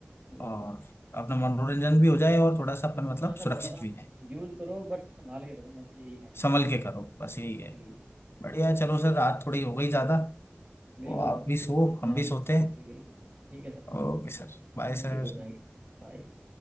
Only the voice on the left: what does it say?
और
अपना मनोरंजन भी हो जाए और थोड़ा सा अपन मतलब
सुरक्षित
भी रहें
संभल के करो बस यही है
बढ़िया
है चलो सर रात थोड़ी हो गई ज़्यादा तो
आप
भी सो
हम
भी सोते हैं
Okay sir bye
sir